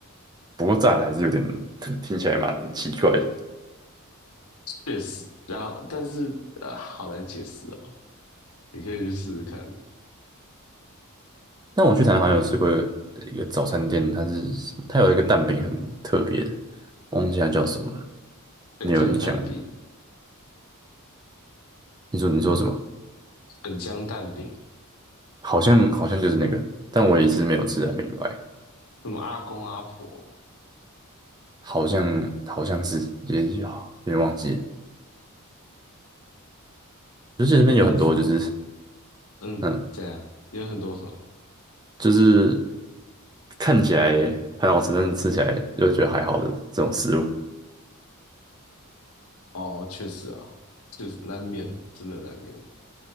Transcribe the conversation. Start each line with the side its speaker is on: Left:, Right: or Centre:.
Right: 不过炸的还是有点 <laughs> 听起来蛮奇怪的。
Left: 确实，然后但是呃，好难解释哦，你可以去试试看。
Right: 但我去台南好像有吃过一个早餐店，它是什么？它有一个蛋饼很特别的，忘记它叫什么了。
Left: 粉浆蛋饼、
Right: 你有印象？你说你说什么？
Left: 粉浆蛋饼，
Right: 好像好像就是那个，但我也是没有吃的很明白。
Left: 什么阿公阿婆，
Right: 好像好像是也有有点忘记了，就记得那边有很多就是
Left: 但嗯，
Right: 嗯，
Left: 这样有很多种
Right: 就是看起来很好吃，但是吃起来又觉得还好的这种食物，
Left: 哦，确实啊，就是难免，真的难免